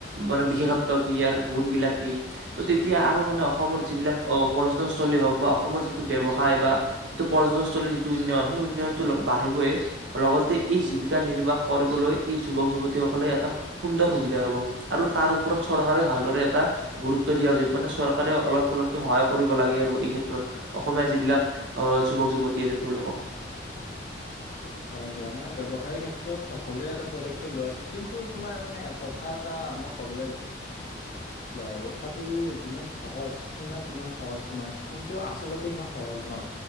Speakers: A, on the right (about 70°); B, on the left (about 45°).
A: মানে বিশেষত্ব কি ইয়াৰ গুণ বিলাক কি ত' তেতিয়া আৰু মানে অসমৰ যিবিলাক আহ পৰ্যটনস্থ্থলী হওক বা অসমৰ যিটো ব্যৱসায় বা যিটো পৰ্যটনস্থলীৰ যিটো উন্নয়ন সেই উন্নয়নতটো বাঢ়িবই লগতে এই জীৱিকা নিৰ্বাহ কৰিবলৈ এই যুৱক যুৱতীসকলে এটা সুন্দৰ সুবিধা হব আৰু তাৰ ওপৰত চৰকাৰে ভালদৰে এটা গুৰুত্ব দিয়া উচিত মানে চৰকাৰে অলপ চলপকে সহায় কৰিব লাগে আৰু এই ক্ষেত্ৰত অসমীয়া যিবিলাক আহ যুৱক যুৱতী আছে তেওঁলোকক
B: হয় দিয়া মানে ব্যবসায়ৰ ক্ষেত্ৰত সকলোৱে এটা পদক্ষেপ লোৱাছে কিন্তু তোমাৰ মানে কথা এটা মই কবলৈ যা আৰু তটো যিমান সহজ শুনাত যিমান সহজ তোমাৰ কিন্তু আচলতে সিমান সহজ নহয়